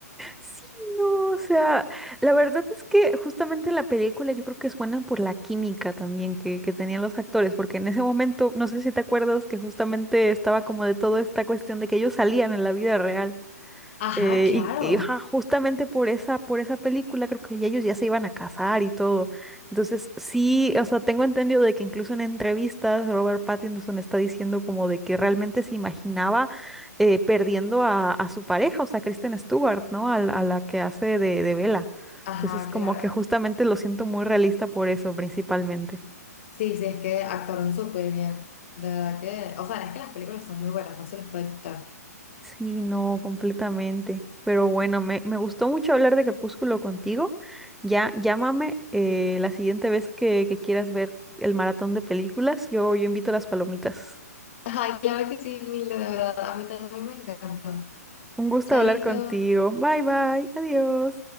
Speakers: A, in the centre; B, on the left.
A: Sí, no, o sea, la verdad es que justamente la película yo creo que es buena por la química también que, que tenían los actores, porque en ese momento, no sé si te acuerdas que justamente estaba como de toda esta cuestión de que ellos salían en la vida real.
B: Ajá,
A: Eh,
B: claro.
A: y, y, ajá, justamente por esa, por esa película creo que ya ellos ya se iban a casar y todo. Entonces, sí, o sea, tengo entendido de que incluso en entrevistas Robert Pattinson está diciendo como de que realmente se imaginaba eh, perdiendo a, a su pareja, o sea, Kristen Stewart, ¿no? A, la a la que hace de, de Bella.
B: Ajá,
A: Entonces, como
B: claro.
A: que justamente lo siento muy realista por eso, principalmente.
B: Sí, sí, es que actuaron súper bien. De verdad que, o sea, es que las películas son muy buenas, no se les puede quitar.
A: Sí, no, completamente. Pero bueno, me, me gustó mucho hablar de Crepúsculo contigo. Ya, llámame eh, la siguiente vez que, que quieras ver el maratón de películas. Yo, yo invito las palomitas.
B: Ay, claro que sí, Mil, de verdad, a mí también me encantó.
A: Un gusto
B: Chaito.
A: hablar contigo. Bye, bye. Adiós.